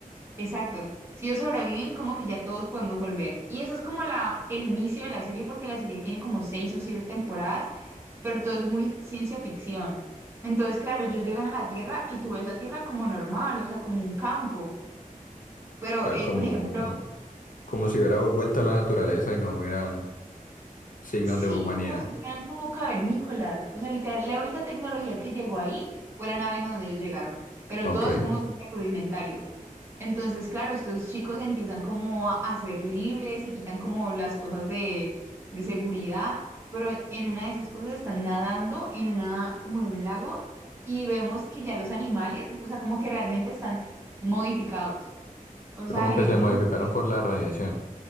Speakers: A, on the right; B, on the left.
A: Exacto. Si ellos sobreviven, como que ya todos podemos volver. Y eso es como la, el inicio de la serie, porque la serie tiene como seis o siete temporadas, pero todo es muy ciencia ficción. Entonces, claro, ellos llegan a la Tierra y tú ves la Tierra como normal, o sea, como un campo. Pero,
B: sea,
A: eh,
B: como,
A: por ejemplo,
B: como si hubiera vuelto a la naturaleza y no hubiera signos
A: Sí,
B: de humanidad.
A: como si fueran como cavernícolas. O sea, literal, la única tecnología que llegó ahí fue la nave en donde ellos llegaron, pero
B: Ok.
A: todo es como súper rudimentario. Entonces, claro, estos chicos empiezan como a, a ser libres se quitan como las cosas de, de seguridad, pero en una de esas cosas están nadando en una, como en un lago y vemos que ya los animales, o sea, como que realmente están modificados. O sea,
B: Como
A: genéticamente
B: que se modificaron por la radiación.